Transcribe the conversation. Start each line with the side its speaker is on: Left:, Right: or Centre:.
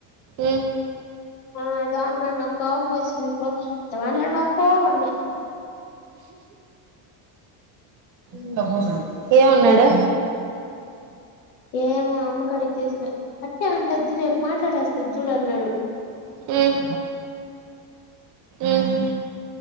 Right: ఉమ్
Left: ఆ అదా నన్నకవ్ <unintelligible> పోవన్ని ఉమ్,
Right: ఇంటమ ఏమన్నాడు
Left: ఏమో అమ్మ కడిగి చేసిన అట్టే అంటది చూడ్ రేప్ మాట్లాడస్తది చూడ్ అన్నరు
Right: ఉమ్ ఉమ్